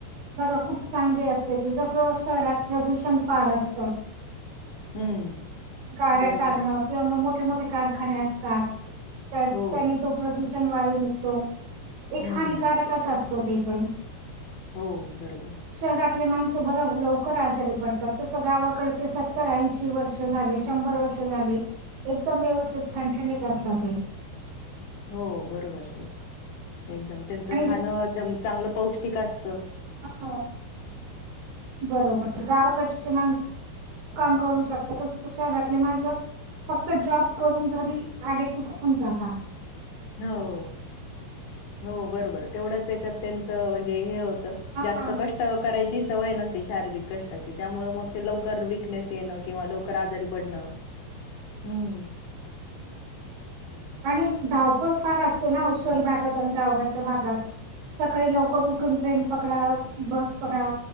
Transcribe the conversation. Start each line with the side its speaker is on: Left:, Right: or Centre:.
Right: बघा खूप चांगली असते. तसं शहरात प्रदूषण फार असत.
Left: हं.
Right: गाड्या
Left: बरोबर
Right: चालण
Left: आहे.
Right: किंवा मग मोठे मोठे कारखाने असतात. तर त्यांनी
Left: हो.
Right: तो प्रदूषण वायू निघतो. एक
Left: हं.
Right: हानिकारकच असतो. ते पण?
Left: हो. बरोबर.
Right: शहरातले माणसं बघा लवकर आजारी पडतात? तस गावाकडचे सत्तर ऐंशी वर्ष झाले, शंभर वर्ष झाले. एकदम व्यवस्थित ठण ठणीत असता ते.
Left: हो बरोबर. एकदम त्यांचं
Right: आणि
Left: खाण एकदम चांगलं पौष्टिक असतं.
Right: हो बरोबर गावाकडची माणस काम करू शकता. तस शहरातली माणस फक्त जॉब करून घरी आले की.. कोण जागा?
Left: हो.. हो.. बरोबर तेवढंच याच्यात त्यांच ते हे होत. जास्त
Right: हा
Left: कष्ट करायची सवय नसते. शारीरिक कष्टाची त्यामुळ लवकर विकनेस येणं किंवा लवकर आजारी पडण? ह्म्म..
Right: आणि धावपळ फार असते ना? उशल भागात आणि गावाकडच्या भागात. सकाळी लवकर उठून ट्रेन पकडा बस पकडा